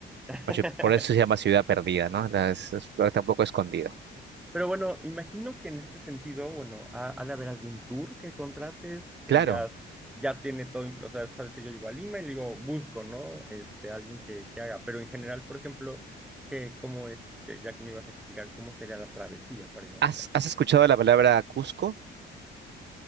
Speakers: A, in the centre; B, on the right.
A: <laughs>
B: Machu- por eso se llama ciudad perdida, ¿no? La- es- es- está un poco escondido.
A: Pero bueno, imagino que en este sentido, bueno, ha, ha de haber algún tour que contrates, que
B: Claro.
A: digas, ya tiene todo incluso, o sea, sabes que yo llego a Lima y le digo, busco, ¿no? Este, alguien que, que haga. Pero en general, por ejemplo, que, ¿cómo es? Que Ya que me ibas a explicar cómo sería la travesía para llegar
B: ¿Has,
A: a
B: has escuchado la palabra Cusco?